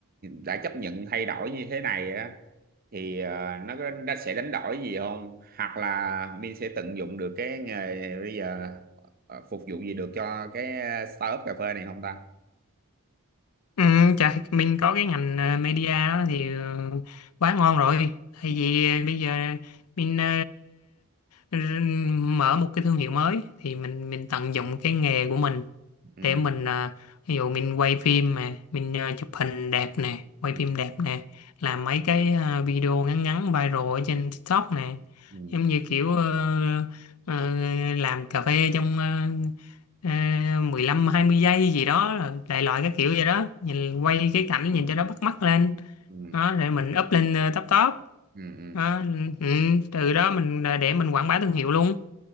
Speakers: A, on the right; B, on the left.
A: đã chấp nhận thay đổi như thế này á thì ờ, nó có- nó sẽ đánh đổi gì không hoặc là Min sẽ tận dụng được cái nghề bây giờ ờ, phục vụ gì được cho cái startup cà phê này không ta
B: Ừ, chà, mình có cái ngành ờ, media đó thì ờ, quá ngon rồi. Tại
A: ừ
B: vì ờ, bây giờ mình ờ, r- mở một cái thương hiệu mới thì mình mình tận dụng cái nghề của mình
A: ừ
B: để mình ờ, ví dụ mình quay phim mà mình ờ, chụp hình đẹp nè, quay
A: ừ
B: phim đẹp nè, làm mấy cái ờ, video ngắn ngắn viral ở trên TikTok nè,
A: ừ
B: giống như kiểu ờ, ờ, làm cà phê trong ờ, à, 15 20 giây gì đó rồi đại loại cái kiểu vậy đó nhìn quay cái cảnh nhìn cho nó bắt mắt lên
A: ừ
B: đó để mình up lên ờ, top top
A: ừ. ừ.
B: đó, ừ, từ đó mình để mình quảng bá thương hiệu luôn